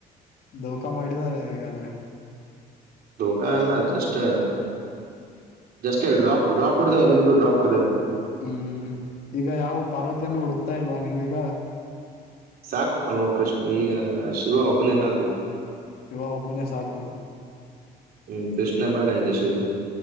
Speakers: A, on the left (about 60°); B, on the right (about 60°).
A: ೋಖಾ ಮಾಡಿದಿದ್ದಾರೆ ಹೇಗಾದ್ರೆ.
B: ಖಾ ಅಲ್ಲ ಜಸ್ಟ್ ಜಸ್ೇ ಡ್ರಾಪ್ ಡ್ರಾಪ್ ಹೊಡ್ದೇವ ಅನ್ ಬಿ ಡ್ರಾಪ್ ಹೊ್ದೇವ.
A: ಹ್ಮ್ ಹ್ಮ್ ಹ್ಮ್ ಈಗ ಯಾವ ಪಾರ್ವತಿಯನ್ನು ಹುಡುಕ್ತಾ ಇಲ್ವಾ ನೀವು ಈಗ.
B: ಸಾಕು ಕಣೋ ಕೃಷ್ಣ ಈಗ ಶಿವ ಒಬ್ಬನೇ ಸಾಕು
A: ಶಿವ ಒಬ್ಬನೇ ಸಾಕು
B: ಹ್ಮ್ ಕೃಷ್ಣ ಬೇಡ ಈಗ ಶಿವಗೆ